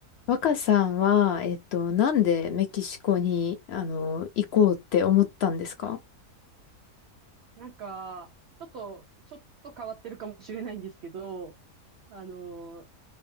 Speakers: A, on the left; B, on the right.
A: 若さんは、えっと、なんでメキシコに、あの、行こうって思ったんですか
B: なんか、ちょっと、ちょっと変わってるかもしれないんですけど、あの、